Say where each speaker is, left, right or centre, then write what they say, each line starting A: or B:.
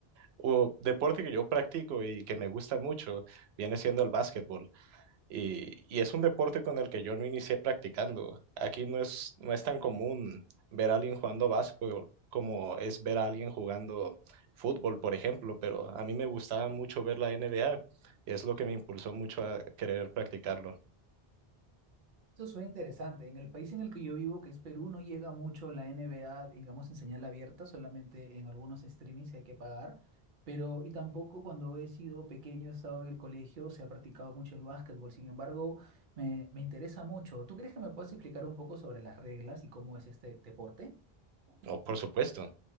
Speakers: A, on the right (about 85°); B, on the right (about 60°).
A: O deporte que yo practico y que me gusta mucho viene siendo el básquetbol. Y, y es un deporte con el que yo no inicié practicando. Aquí no es, no es tan común ver a alguien jugando básquetbol como es ver a alguien jugando fútbol, por ejemplo, pero a mí me gustaba mucho ver la NBA y es lo que me impulsó mucho a querer practicarlo.
B: Eso suena interesante. En el país en el que yo vivo, que es Perú, no llega mucho la NBA, digamos, en señal abierta, solamente en algunos streamings que hay que pagar. Pero, y tampoco cuando he sido pequeño, he estado en el colegio, se ha practicado mucho el básquetbol. Sin embargo, me, me interesa mucho. ¿Tú crees que me puedes explicar un poco sobre las reglas y cómo es este deporte?
A: Oh, por supuesto.